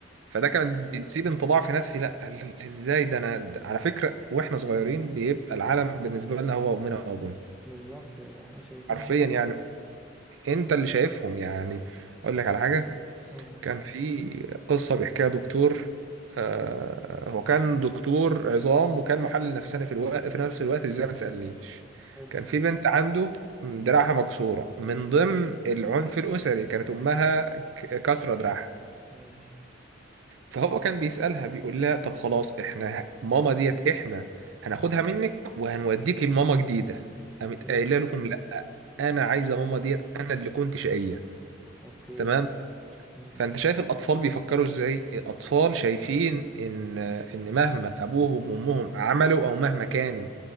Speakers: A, on the right; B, in the centre.
A: فده
B: يعني
A: كان بتسيب انطباع في نفسي لا ال- ال- ازاي ده انا ده على فكره واحنا صغيرين بيبقى العالم بالنسبه لنا هو امنا وابونا
B: بالظبط لأن احنا شايفين
A: حرفيا
B: هم دول
A: يعني انت اللي شايفهم يعني اقول لك على حاجه
B: مم.
A: كان في قصة بيحكيها دكتور آه، هو كان دكتور عظام وكان محلل نفساني في الوقت في نفس الوقت ازاي ما تسألنيش
B: حلو
A: كان في بنت عنده دراعها مكسورة من ضمن العنف الأسري كانت أمها ك- كسرة دراعها
B: ماشي
A: فهو كان بيسألها بيقول لها طب خلاص احنا ماما ديت احنا هناخدها منك وهنوديك لماما جديدة قامت
B: حلو
A: قايله لهم لا انا عايزه ماما ديت انا اللي كنت شقيه
B: اوكي
A: تمام
B: مم.
A: فانت شايف الاطفال بيفكروا ازاي الاطفال شايفين ان ان مهما ابوهم وامهم عملوا او مهما كانوا